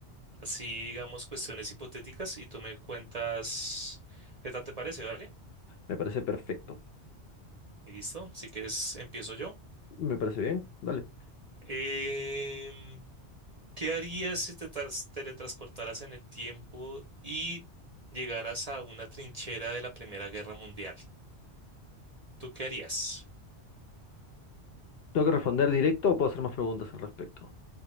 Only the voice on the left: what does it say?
Me parece perfecto.
Me parece bien, dale.
¿Tengo que responder directo o puedo hacer más preguntas al respecto?